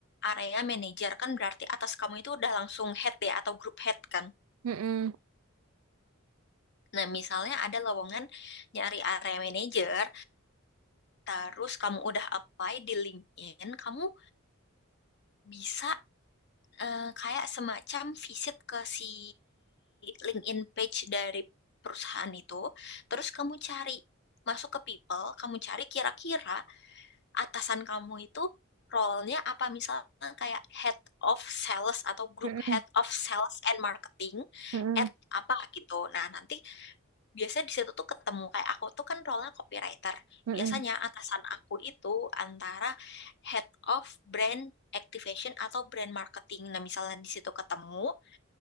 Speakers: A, on the left; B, on the right.
A: area manager kan berarti atas kamu itu udah langsung head ya atau group head kan.
B: Mm-mm.
A: Nah, misalnya ada lowongan nyari area manager, terus kamu udah apply di LinkedIn, kamu bisa eh, kayak semacam visit ke si LinkedIn page dari perusahaan itu, terus kamu cari masuk ke people, kamu cari kira-kira atasan kamu itu role-nya apa misalnya kayak head of sales atau group
B: Mm-mm.
A: head of sales and marketing
B: Mm-mm.
A: at apa gitu. Nah, nanti biasanya di situ tuh ketemu kayak aku tuh kan role nya copywriter.
B: Mm-mm.
A: Biasanya atasan aku itu antara head of brand activation atau brand marketing. Nah, misalnya di situ ketemu